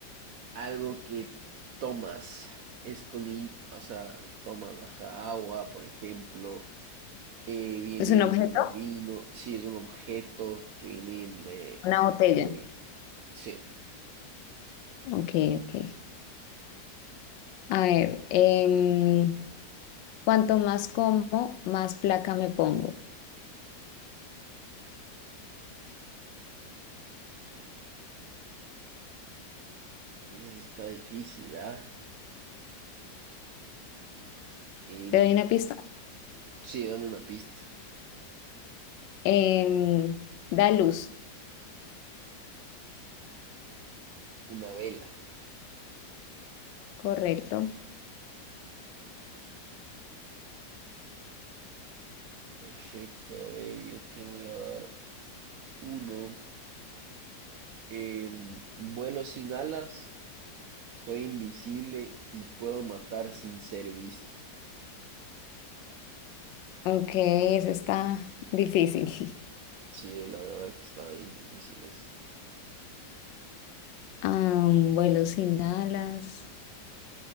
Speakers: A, on the right; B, on the left.
A: algo que tomas. Es con, li- o sea, tomas ajá, agua, por ejemplo. Eh, viene
B: ¿Es un
A: en
B: objeto?
A: el vino. Sí, es un objeto que viene en... eh,
B: Una botella.
A: que... Sí,
B: Ok, ok. A ver, em, cuanto más como, más placa me pongo.
A: con- ese sí está difícil, ¿ah? Em,
B: ¿Te doy una pista?
A: sí, dame una pista.
B: Em, da luz.
A: Una vela.
B: Correcto.
A: Perfecto, a ver, yo te voy a dar uno em, vuelo sin alas, soy invisible y puedo matar sin ser visto.
B: Ok, eso está difícil. <laughs>
A: Sí, la verdad es que está bien difícil eso.
B: Ah, un vuelo sin alas.